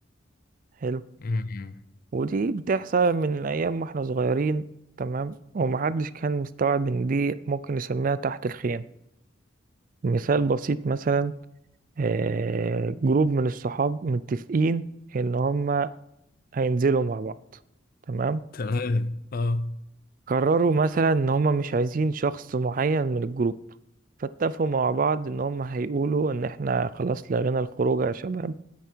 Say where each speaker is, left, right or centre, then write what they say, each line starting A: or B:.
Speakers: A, on the right; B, on the left.
A: حلو
B: مم.
A: ودي بتحصل من ايام واحنا صغيرين تمام ومحدش كان مستوعب ان دي ممكن نسميها تحت الخيم مثال بسيط مثلا آه، جروب من الصحاب متفقين ان هما هينزلوا مع بعض تمام
B: تمام اه
A: قرروا مثلا ان هما مش عايزين شخص معين من الجروب فاتفقوا مع بعض ان هما هيقولوا ان احنا خلاص لغينا الخروج يا شباب